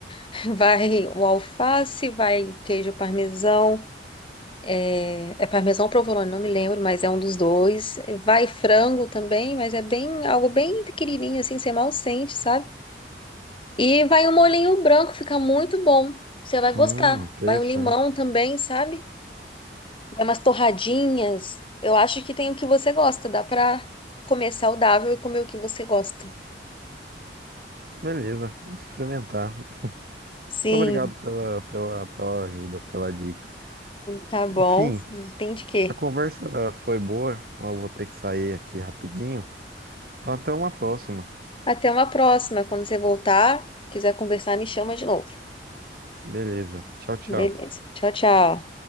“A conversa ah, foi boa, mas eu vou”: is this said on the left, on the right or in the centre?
Right